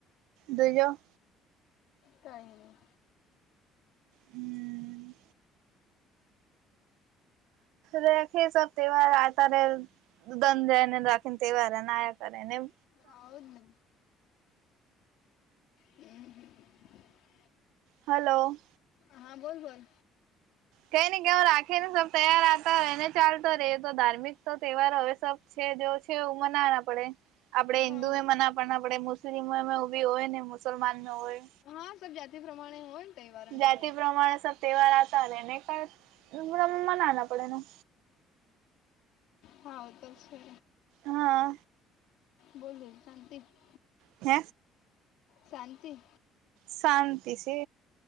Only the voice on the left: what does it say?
કાઈ નહી.
હદ નને હમ હમ <inaudible>
હા બોલ બોલ.
હા
હા સબ જાતિ પ્રમાણે હોય. તહેવારન
સભી
હા તો છે
બોલ શાંત <unintelligible>
શાંતિ.